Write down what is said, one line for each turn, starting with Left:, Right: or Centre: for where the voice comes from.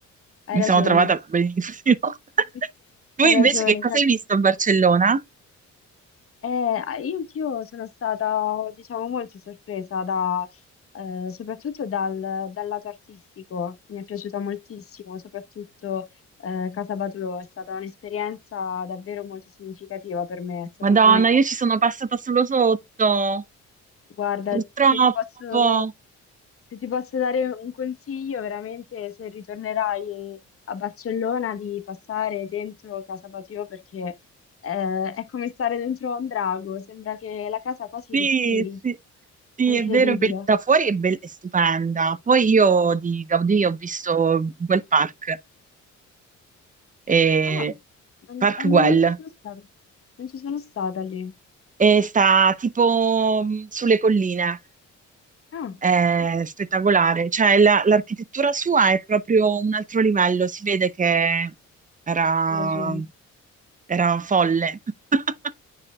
Left: Hai
Right: Mi
Left: ragione,
Right: sono trovata benissimo. <laughs>
Left: <laughs>
Right: Tu
Left: hai
Right: invece
Left: ragione,
Right: che cosa
Left: capisco.
Right: hai visto a Barcellona?
Left: Eh, ah, io anch'io sono stata, diciamo, molto sorpresa da, eh, soprattutto dal, dal lato artistico, mi è piaciuta moltissimo, soprattutto eh, Casa Batlló è stata un'esperienza davvero molto significativa per me, è stato
Right: Madonna,
Left: come
Right: io ci sono passata solo sotto,
Left: Guarda,
Right: purtroppo.
Left: se ti posso, se ti posso dare un consiglio, veramente se ritornerai a Barcellona di passare dentro Casa Batlló perché eh, è come stare dentro a un drago, sembra che la casa quasi
Right: Sì,
Left: respiri,
Right: sì, sì,
Left: è incredibile.
Right: è vero, be- da fuori è, be- è stupenda. Poi io di Gaudì ho visto quel park, eh,
Left: Ah, non,
Right: Park
Left: eh, non
Right: Güell,
Left: ci sono stata, non ci sono stata lì.
Right: e sta tipo mh, sulle colline.
Left: Ah,
Right: è
Left: ok,
Right: spettacolare. Cioè, la- l'architettura sua è proprio un altro livello, si vede che era,
Left: hai ragione.
Right: era folle. <laughs>